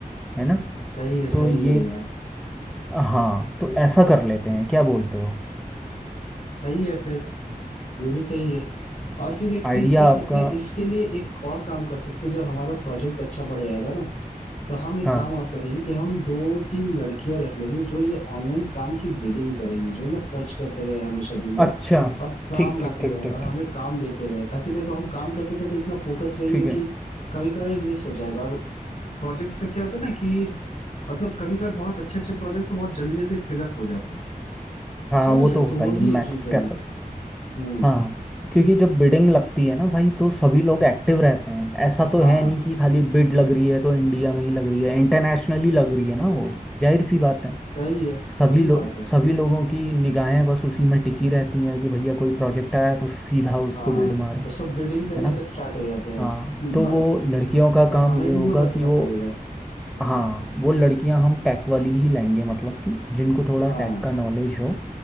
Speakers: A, in the centre; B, on the left (about 50°).
A: है ना
B: सही है
A: तो
B: सही
A: ये
B: है यार
A: हाँ तो ऐसा कर लेते हैं क्या बोलते हो
B: सही है फिर ये भी सही है
A: हाँ
B: और फिर एक
A: आइडिया
B: चीज कर सकते
A: आपका
B: हैं इसके लिए एक और काम कर सकते हैं जब हमारा प्रोजेक्ट अच्छा बढ़ जाएगा ना तो हम एक
A: हाँ
B: काम और करेंगे कि हम दो तीन लड़कियां रख लेंगे जो ये ऑनलाइन काम की बिल्डिंग करेंगी जो ना सर्च करते रहे हमेशा दिन भर
A: अच्छा
B: और काम
A: ठीक
B: लाते
A: ठीक ठीक
B: रहे
A: ठीक
B: और हमें
A: ठीक
B: काम देते रहे ताकि देखो हम काम करते करते इतना फोकस रहेंगे
A: ठीक है
B: कि कभी कभार ये मिस हो जाएगा और प्रोजेक्ट्स का क्या होता है ना कि मतलब कभी कभार बहुत अच्छे अच्छे प्रोजेक्ट्स बहुत जल्दी जल्दी फिलअप हो जाते हैं
A: हाँ
B: समझ
A: वो
B: रहे
A: तो
B: हो तो
A: होता
B: वो
A: ही है
B: भी
A: मैक्स
B: एक रीजन
A: कैपस
B: है हम्म
A: हाँ क्योंकि जब बिडिंग लगती है ना भाई तो सभी लोग एक्टिव रहते हैं ऐसा तो
B: हाँ
A: है नहीं कि खाली बिड लग रही है तो इंडिया में ही लग रही है इंटरनेशनली लग रही है ना वो जाहिर सी बात है
B: सही है
A: सभी
B: वही
A: लोग
B: बात है
A: सभी लोगों की निगाहें बस उसी में टिकी रहती हैं कि भैया कोई प्रोजेक्ट आया तो सीधा उसको
B: हाँ
A: बिड मारो
B: तो सब बिडिंग करने
A: है ना
B: पे स्टार्ट हो जाते हैं
A: हाँ तो
B: बड़ा
A: वो लड़कियों का
B: तो
A: काम
B: हमें
A: ये
B: भी
A: होगा
B: वो रखना
A: कि वो
B: पड़ेगा
A: हाँ वो लड़कियां हम टेक वाली ही लाएंगे मतलब कि जिनको थोड़ा
B: हाँ
A: टेक का नॉलेज हो